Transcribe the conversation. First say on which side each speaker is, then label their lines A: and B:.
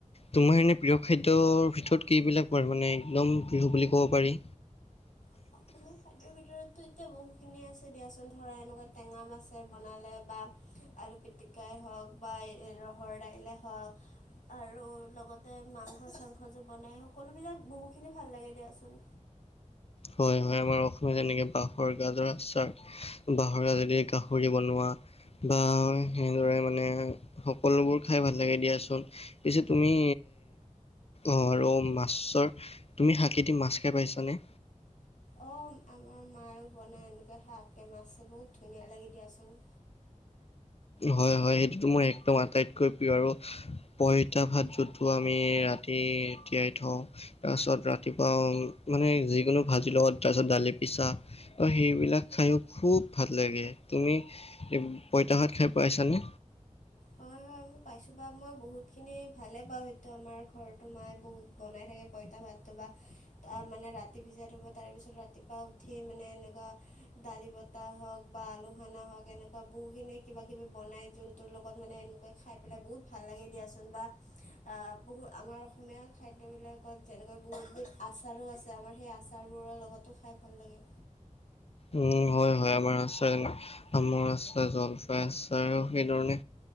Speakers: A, on the left; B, on the left.
A: তোমাৰ এনে প্ৰিয় খাদ্যৰ ভিতৰত কিবিলাক ৱাৰ একদম প্ৰিহ বুলি ক'ব পাৰি।
B: <unintelligible> খাদ্যৰ ভিতৰতো এতিয়া বহুখিনিয়ে আছে দিয়াচোন ধৰা এনেকুৱা টেঙা আছে বনালে বা আলু পিটিকাই হওক বা ৰহৰ দাইলে হওক আৰু লগতে মাংস চাংস যে বনাই সকলোবিলাক বহুখিনি ভাল লাগে দিয়াচোন।
A: হয় হয় আমাৰ অসমীয়া যেনেকে বাঁহৰ গাজৰ আচাৰ, বাঁহৰ গাজদি গাহৰি বনোৱা বা সেনেদৰে মানে সকলোবোৰ খাই ভাল লাগে দিয়াচোন। পিছে তুমি অ ৰ মাছৰ তুমি শাকী দি মাছ খাই পাইছানে?
B: অ আমাৰ মায়ো বনায় এনেকৈ শাককে মাছে বহুত ধুনীয়া লাগি দিয়াচোন।
A: হয় হয় সেইটোতো মোৰ একদম আটাইতকৈ প্ৰিয় আৰু পইতা ভাত যতটো আমি ৰাতি তি তিয়াই থওঁ। তাৰপিছত ৰাতিপুৱা মানে যিকোনো ভাজিৰ লগত তাৰপিছত দালি পিছা। অ সেইবিলাক খাইয়ো খুব ভাল লাগে। তুমি পইতা ভাত খাই পাইছানে?
B: হয় হয়। পাইছো বা মই বহুত খিনি ভালে পাওঁ সেইটো আমাৰ ঘৰতো মায়ে বহুত বনাই থাকে। পঁইতা ভাতটো বা, তা মানে ৰাতি ভিজাই ধুব তাৰপিছত ৰাতিপুৱা উঠি মানে এনেকুৱা দালি বতাহ হওক বা আলু খানা হওক এনেকুৱা বহু খিনি কিবা কিবি বনাই যোনটো লগ- অকণ মানে এনেকুৱা খাই পেলাই বহুত ভাল লাগে দিয়াচোন বা আ বহু আমাৰ অসমীয়া খাদ্যবিলাকত যেনেকৈ বহুতবিধ আচাৰো আছে আমাৰ সেই আ আচাৰবোৰৰ লগতো খাই ভাল লাগে।
A: উম হয় হয় আমাৰ আছে। আমৰ আচাৰ জলফাই আচাৰ আৰু সেই ধৰণে